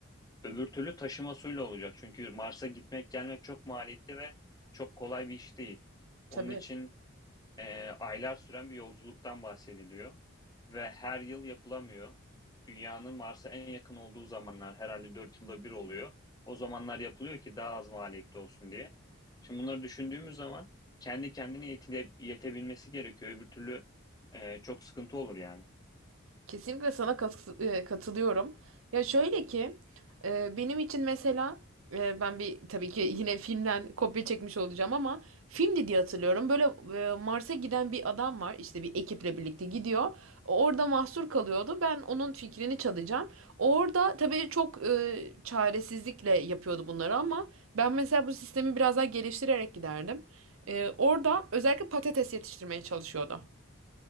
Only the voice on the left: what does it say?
Öbür türlü taşıma suyla olacak. Çünkü Mars'a gitmek gelmek çok maliyetli ve çok kolay bir iş değil.
Onun için ee, aylar süren bir yolculuktan bahsediliyor ve her yıl yapılamıyor. Dünyanın Mars'a en yakın olduğu zamanlar herhalde 4 yılda bir oluyor. O zamanlar yapılıyor ki daha az maliyetli olsun diye. Şimdi bunları düşündüğümüz zaman kendi kendine yetile, yetebilmesi gerekiyor. Öbür türlü e, çok sıkıntı olur yani.